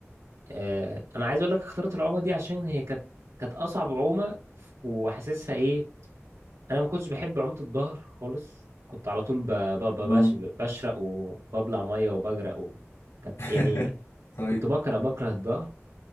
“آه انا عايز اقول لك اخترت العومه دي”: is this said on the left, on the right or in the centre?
Right